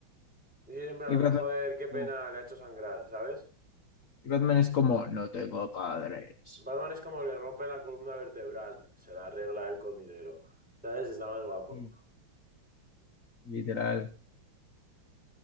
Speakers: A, in the centre; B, on the left.
A: Sí, en plan,
B: Y Batman,
A: joder, qué pena,
B: no.
A: le ha hecho sangrar, ¿sabes?
B: Y Batman es como, no tengo padres.
A: Batman es como le rompe la columna vertebral, se la arregla él con dinero, ¿sabes? Está más guapo.
B: Sí, literal.